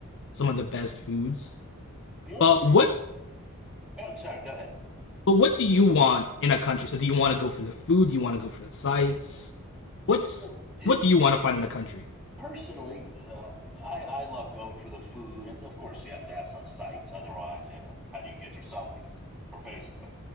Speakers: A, on the left; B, in the centre.
A: some of the best foods.
B: The only
A: But what
B: oh sorry, go ahead.
A: but what do you want in a country? So do you want to go for the food? Do you want to go for the sights? What's
B: So, uh,
A: what do you want to find in a country?
B: Personally, uh, I, I love going for the food, and of course, you have to have some sites. Otherwise, you know, how do you get your selfies for Facebook?